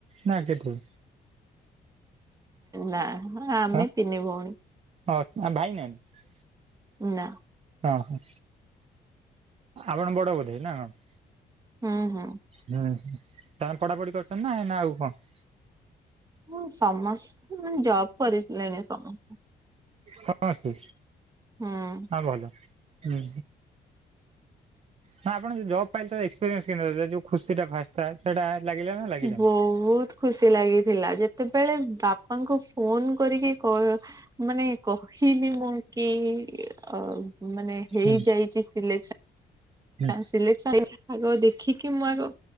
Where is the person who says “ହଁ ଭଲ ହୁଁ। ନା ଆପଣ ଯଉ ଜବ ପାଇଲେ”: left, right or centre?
Right